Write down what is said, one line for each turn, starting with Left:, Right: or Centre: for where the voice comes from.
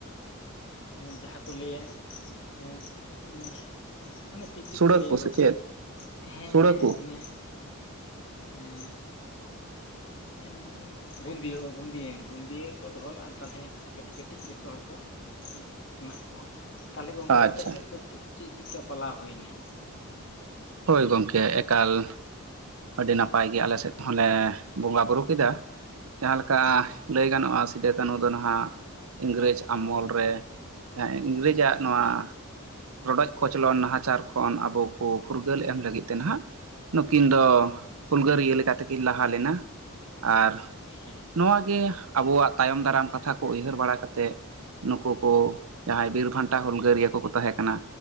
Left: ᱡᱟᱦᱟᱸ ᱠᱚ ᱞᱟᱹᱭᱮᱫ ᱮᱸ ᱮᱸ ᱚᱱᱮ ᱪᱮᱫ
Right: ᱥᱩᱲᱟᱹ
Left: ᱪᱮᱫ ᱠᱚ ᱞᱟᱹᱭᱟ
Right: ᱥᱮ
Left: ᱜᱚᱝᱠᱮ
Right: ᱪᱮᱫ
Left: ᱦᱮᱸ
Right: ᱥᱩᱲᱟᱹ ᱠᱚ
Left: ᱚᱱᱮ ᱮᱱ ᱦᱮᱸ ᱵᱩᱸᱫᱤᱭᱟᱹ ᱚ ᱵᱩᱸᱫᱤᱭᱟᱹ ᱵᱩᱸᱫᱤᱭᱟᱹ ᱠᱚ ᱫᱚᱦᱚ ᱞᱟᱜᱼᱟ ᱛᱟᱞᱦᱮ ᱠᱟᱹᱴᱤᱡ ᱠᱟᱹᱴᱤᱡ ᱡᱚᱛᱚ ᱦᱚᱲ ᱠᱚ ᱮᱢᱟᱟᱜ ᱠᱚᱣᱟ ᱛᱟᱦᱞᱮ ᱜᱚᱝᱠᱮ
Right: ᱟᱪᱪᱷᱟ
Left: ᱟᱯᱮ ᱥᱮᱫ ᱫᱚ ᱪᱮᱫ ᱪᱮᱫ ᱪᱮᱫ ᱞᱮᱠᱟ ᱯᱟᱞᱟᱣ ᱦᱩᱭ ᱮᱱᱟ
Right: ᱦᱳᱭ ᱜᱚᱢᱠᱮ ᱮᱠᱟᱞ ᱟᱹᱰᱤ ᱱᱟᱯᱟᱭ ᱜᱮ ᱟᱞᱮ ᱥᱮᱫ ᱦᱚᱸᱞᱮ ᱵᱚᱸᱜᱟ ᱵᱩᱨᱩ ᱠᱮᱫᱟ ᱡᱟᱦᱟᱸ ᱞᱮᱠᱟ
Left: ᱦᱮᱸ
Right: ᱞᱟᱹᱭ ᱜᱟᱱᱚᱜᱼᱟ ᱥᱮ ᱥᱤᱫᱩ ᱠᱟᱹᱱᱦᱩ ᱫᱚ ᱱᱟᱦᱟᱜ ᱤᱝᱨᱮᱡᱽ ᱟᱢᱚᱞ ᱨᱮ ᱤᱝᱨᱮᱡᱽᱟᱜ ᱱᱚᱣᱟ ᱨᱚᱰᱚᱡ ᱠᱚᱪᱞᱚᱱ ᱱᱟᱦᱟᱪᱟᱨ ᱠᱷᱚᱱ ᱟᱵᱚ ᱠᱚ ᱯᱷᱩᱨᱜᱟᱹᱞ ᱮᱢ ᱞᱟᱹᱜᱤᱫ ᱛᱮ ᱱᱟᱦᱟᱜ ᱱᱩᱠᱤᱱ ᱫᱚ ᱦᱩᱞᱜᱟᱹᱨᱤᱭᱟᱹ ᱞᱮᱠᱟ ᱛᱮ ᱠᱤᱱ ᱞᱟᱦᱟ ᱞᱮᱱᱟ ᱟᱨ
Left: ᱦᱮᱸ
Right: ᱱᱚᱣᱟ ᱜᱮ ᱟᱵᱚᱣᱟᱜ ᱛᱟᱭᱚᱢ ᱫᱟᱨᱟᱢ ᱠᱟᱛᱷᱟ ᱠᱚ ᱩᱭᱦᱟᱹᱨ ᱵᱟᱲᱟ ᱠᱟᱛᱮᱫ ᱱᱩᱠᱩ ᱠᱚ ᱡᱟᱦᱟᱸᱭ ᱵᱤᱨ ᱵᱷᱟᱱᱴᱟ ᱦᱩᱞᱜᱟᱹᱨᱤᱭᱟᱹ ᱠᱚ ᱠᱚ ᱛᱟᱦᱮᱸ ᱠᱟᱱᱟ